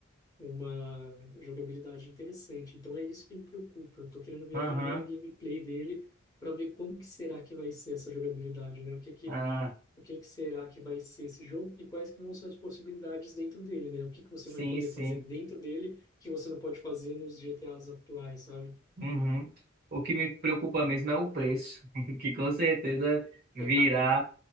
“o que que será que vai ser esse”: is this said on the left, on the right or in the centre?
Left